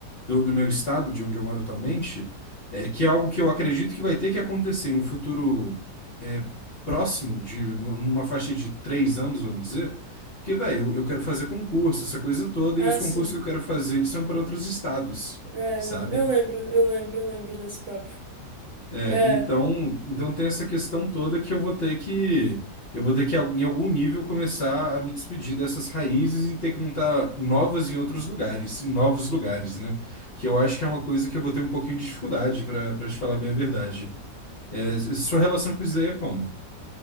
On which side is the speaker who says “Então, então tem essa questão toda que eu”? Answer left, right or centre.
Left